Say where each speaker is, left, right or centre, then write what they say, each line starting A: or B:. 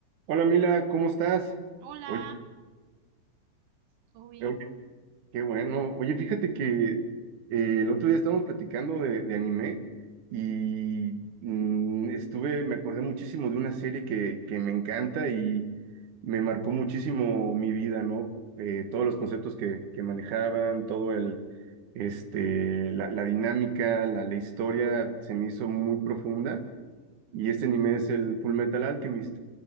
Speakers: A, on the right (about 55°); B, on the right (about 80°).
A: Hola Mila, ¿cómo estás?
B: Hola,
A: Oye,
B: ¿todo bien?
A: oye, qué bueno. Oye, fíjate que eh, el otro día estábamos platicando de, de anime y mm, estuve, me acordé muchísimo de una serie que, que me encanta y me marcó muchísimo mi vida, ¿no? Eh, todos los conceptos que, que manejaban, todo el, este, la, la dinámica, la, la historia se me hizo muy profunda y este anime es el Full Metal Alchemist.